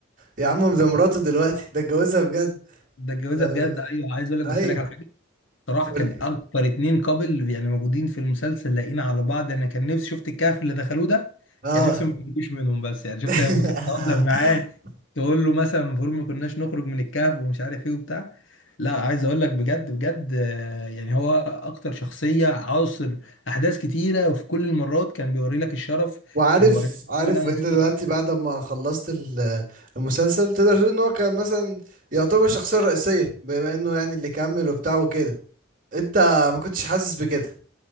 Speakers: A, on the right; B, on the left.
A: يا عم ده مراته دلوقتي ده اتجوزها بجد
B: ده الجوازه
A: لو...
B: بجد ايوه عايز اقول لك بس
A: ايوه
B: أقول لك على حاجه صراحه
A: قولي
B: كان اكتر اتنين قابل يعني موجودين في المسلسل لاقيين على بعض انا كان نفسي شفت الكهف اللي دخلوه ده
A: اه
B: كان نفسي ما يخرجوش منهم بس يعني شفت
A: <laughs>
B: لما كان بتهزر معاه تقول له مثلا المفروض ما كناش نخرج من الكهف ومش عارف ايه وبتاع لا عايز اقول لك بجد بجد آه، يعني هو اكتر شخصيه عاصر احداث كتيره وفي كل المرات كان بيوري لك الشرف
A: وعارف
B: كان بيوري لك
A: عارف
B: مثلا
A: انت
B: صوت
A: دلوقتي بعد ما خلصت ال- المسلسل تقدر تقول ان هو كان مثلا يعتبر الشخصية الرئيسية بما انه يعني اللي كمل وبتاع وكده انت ما كنتش حاسس بكده